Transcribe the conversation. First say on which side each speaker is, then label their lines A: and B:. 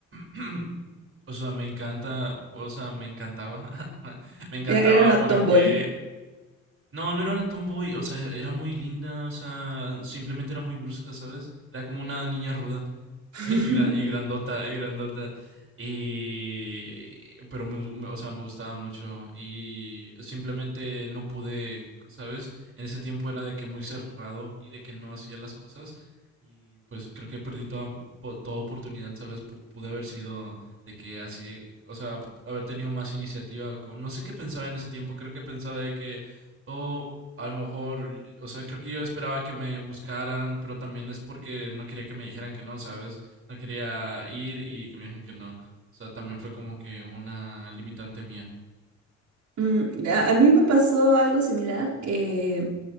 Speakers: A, on the right (about 45°); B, on the right (about 70°).
A: <clears throat> o sea, me encanta, o sea, me encantaba, <laughs> me encantaba
B: Era era una
A: porque,
B: tomboy.
A: no, no era una tomboy, o sea, era muy linda, o sea, simplemente era muy brusca, ¿sabes? Era como una niña ruda. <laughs>
B: <laughs>
A: Y, gran- y grandota, y grandota. Y, pero me, me- o sea, me gustaba mucho y simplemente no pude, ¿sabes? En ese tiempo era de que muy cerrado y de que no hacía las cosas y pues creo que perdí toda, po- toda oportunidad, ¿sabes? Pu- pude haber sido de que así, o sea, haber tenido más iniciativa. con- no sé qué pensaba en ese tiempo, creo que pensaba de que, oh, a lo mejor, o sea, creo que yo esperaba que me buscaran, pero también es porque no quería que me dijeran que no, ¿sabes? No quería ir y que me dijeron que no. O sea, también fue como que una limitante mía.
B: Mm, a, a mí me pasó algo similar. eh,